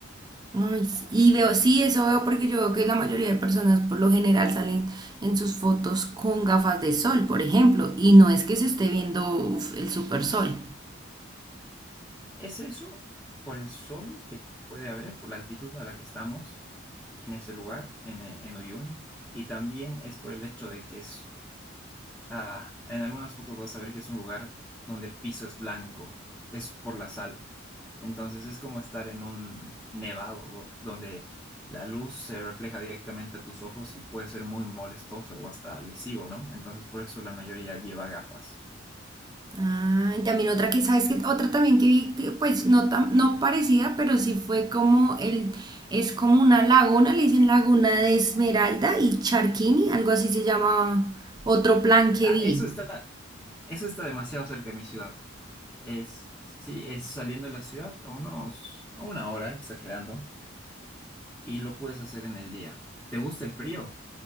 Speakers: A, on the right; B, in the centre.
A: Ay, sí, y veo, sí, eso veo porque yo veo que la mayoría de personas por lo general salen en sus fotos con gafas de sol, por ejemplo, y no es que se esté viendo uf, el super sol.
B: ¿Es eso por el sol que puede haber, por la altitud a la que estamos en ese lugar, en, eh, en Uyuni? Y también es por el hecho de que es Ah, en algunas fotos vas a ver que es un lugar donde el piso es blanco, es por la sal. Entonces es como estar en un nevado do- donde la luz se refleja directamente a tus ojos y puede ser muy molestoso o hasta lesivo, ¿no? Entonces por eso la mayoría lleva gafas.
A: Ah, y también otra que, ¿sabes que Otra también que vi, que, pues no, tan- no parecida, pero sí fue como el, es como una laguna, le dicen Laguna de Esmeralda y Charquini, algo así se llama otro plan que
B: Ah,
A: vi.
B: eso está, eso está demasiado cerca de mi ciudad. Es, sí, es saliendo de la ciudad a unos, a una hora, exagerando, y lo puedes hacer en el día. ¿Te gusta el frío?